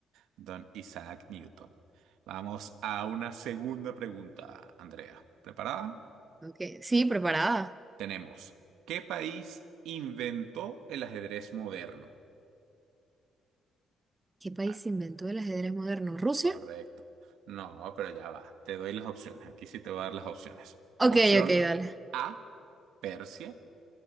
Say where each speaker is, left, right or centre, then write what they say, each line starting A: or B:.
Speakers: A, on the right; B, on the right.
A: Don Isaac Newton. Vamos a una segunda pregunta, Andrea. ¿Preparada?
B: Ok, sí, preparada.
A: Tenemos. ¿Qué país inventó el ajedrez moderno?
B: ¿Qué país
A: Ah,
B: inventó el ajedrez moderno? ¿Rusia?
A: correcto. No, pero ya va. Te doy las opciones. Aquí sí te voy a dar las opciones.
B: Ok,
A: Opción
B: ok, dale.
A: A, Persia.